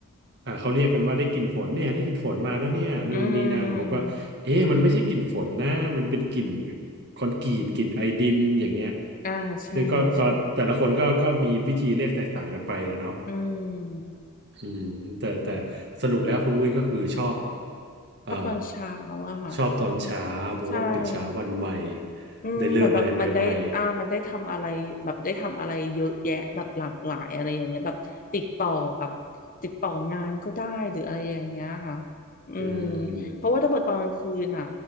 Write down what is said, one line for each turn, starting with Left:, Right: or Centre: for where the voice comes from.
Right: อ่าเขาเรียกกันว่าได้กลิ่นฝนเนี่ยได้กลิ่นฝนมาแล้วเนี่ยนู่นนี่นั่นผมก็เอ๊ะมันไม่ใช่กลิ่นฝนนะมันเป็นกลิ่น
Left: อืม
Right: คอนกรีตกลิ่นไอดินอย่างเงี้ย
Left: อ่าใช่ใช่
Right: ซึ่งก็ก็แต่ละคนก็ก็มีวิธีเรียกแตกต่างกันไปนะเนาะ
Left: อืม
Right: อืมแต่แต่สรุปแล้วคุณอุ้ยก็คือชอบเอ่อ
Left: ชอบตอนเช้าอะค่ะ
Right: ชอบตอนเช้าเพราะว่ามันเป็นเช้าวันใหม่
Left: ใช่ อืมเหมือนแบบมันได้อ่ามันได้ทำอะไรแบบได้ทำอะไรเยอะแยะแบบหลากหลายอะไรอย่างเงี้ยแบบติดต่อแบบ
Right: ได้เริ่มอะไรใหม่
Left: ติดต่องานก็ได้หรืออะไรอย่างเงี้ยค่ะ
Right: ๆอืม
Left: อืมเพราะว่าถ้าเกิดตอนกลางคืนอ่ะ